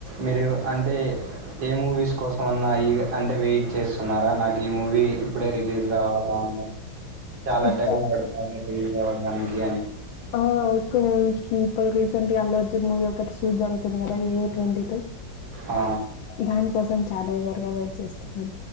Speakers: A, on the right; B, on the left.
A: మీరు అంటే ఏ మూవీస్ కోసం అన్నా ఈ అంటే వెయిట్ చేస్తున్నారా నాకు ఈ మూవీ ఇప్పుడే రిలీజ్ కావాలా అన్నాటు చాలా
B: ఎక్కువ
A: టైం పడతా <unintelligible> నార్మల్గా
B: ఒఎక్కువ <unintelligible> ఇప్పుడు రీసెంట్ గా అల్లు అర్జున్ మూవీ ఒకటి షూట్ జరుగుతుంది కదా మే ట్వంటీ టూ.
A: ఆ!
B: దానికోసం చాలా ఈగర్గా వెయిట్ చేస్తు